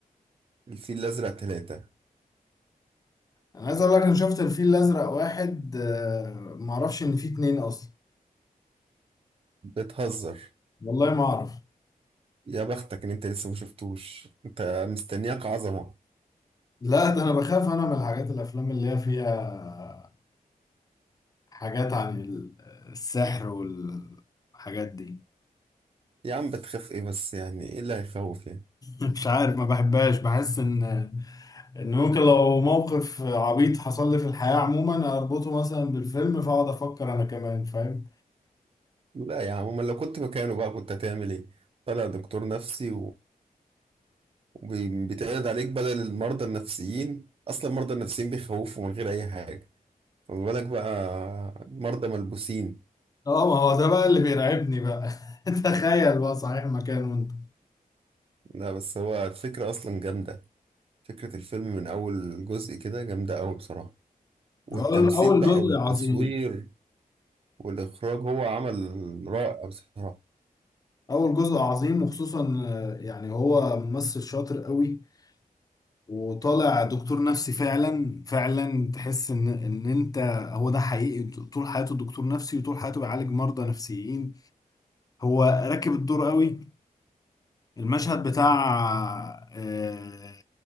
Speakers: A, on the right (about 40°); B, on the left (about 25°).
A: الفيل الازرق ثلاثة
B: أنا عايز أقول لك أنا شفت الفيل الأزرق واحد آه، معرفش إن فيه اتنين أصلا
A: بتهزر
B: والله ما أعرف
A: يا بختك ان انت لسه ما شفتوش انت مستنياك عظمه
B: لا ده أنا بخاف أنا من الحاجات الأفلام اللي هي فيها حاجات عن ال- السحر والحاجات دي
A: يا عم بتخاف ايه بس يعني ايه اللي هيخوف يعني
B: مش عارف ما بحبهاش بحس ان ان ممكن لو موقف عبيط حصل لي في الحياة عموما اربطه مثلا بالفيلم فاقعد افكر انا كمان فاهم
A: لا يا عم امال لو كنت مكانه بقى كنت هتعمل ايه طلع دكتور نفسي وبيتعرض عليك بدل المرضى النفسيين اصلا المرضى النفسيين بيخوفوا من غير اي حاجه فما بالك بقى مرضى ملبوسين
B: اه ما هو ده بقى اللي بيرعبني بقى <laughs> تخيل بقى صحيح مكانه انت
A: لا بس هو الفكره اصلا جامده فكره الفيلم من اول جزء كده جامده قوي بصراحه والتمثيل
B: اول أول
A: بقى
B: جزء
A: والتصوير
B: عظيم
A: والاخراج هو عمل رائع بصراحه
B: اول جزء عظيم وخصوصا آه، يعني هو ممثل شاطر قوي وطالع دكتور نفسي فعلا فعلا تحس ان ان انت هو ده حقيقي طول حياته دكتور نفسي وطول حياته بيعالج مرضى نفسيين هو راكب الدور قوي المشهد بتاع آه،